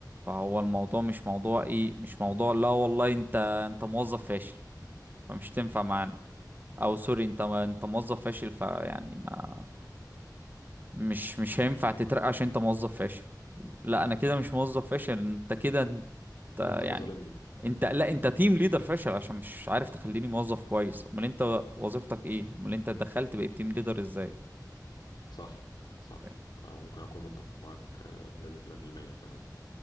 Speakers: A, on the right (about 25°); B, on the left (about 80°).
A: فهو الموضوع مش موضوع ايه مش موضوع لا والله انت انت موظف فاشل فمش تنفع معانا او سوري انت انت موظف فاشل فيعني ما مش مش هينفع تترقى عشان انت موظف فاشل لا انا كده مش موظف فاشل انت كده انت يعني
B: انت اللي ظالمني
A: انت لا انت تيم ليدر فاشل عشان مش عارف تخليني موظف كويس امال انت وظيفتك ايه امال انت دخلت بقيت تيم ليدر ازاي
B: صح صح
A: فهمت
B: أو ممكن اكون متفق معاك آه، بنسبه 100% كمان